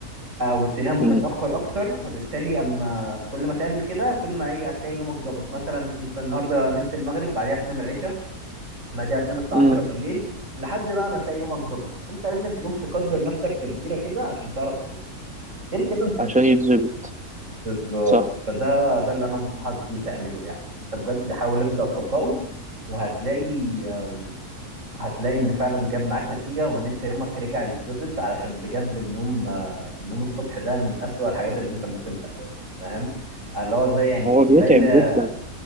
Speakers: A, on the right (about 55°); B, in the centre.
A: او تنام
B: مم.
A: متاخر اكتر فبالتالي اما كل ما تعمل كده كل ما ايه هتلاقي نومك ظبط مثلا انت النهارده نمت المغرب بعدها تنام العشاء بعدها تنام الساعه
B: مم.
A: 10 بالليل لحد بقى ما تلاقي يومك ظبط انت لازم في يوم تقدر نفسك تقديره كده عشان تعرف تظبطه غير كده انت
B: عشان
A: مش هتعرف
B: يتظبط
A: بالظبط
B: صح
A: فده ده اللي انا انصحك بيه تعمله يعني انت بجد حاول ابدا اطبقه وهتلاقي آمم، هتلاقي ان فعلا جاب معاك نتيجة وان انت يومك رجع يتظبط علشان بجد النوم آه، النوم الصبح ده من اسوأ الحاجات اللي انت ممكن تعملها فاهم اللي هو زي يعني
B: هو بيتعب
A: ليلى
B: جدا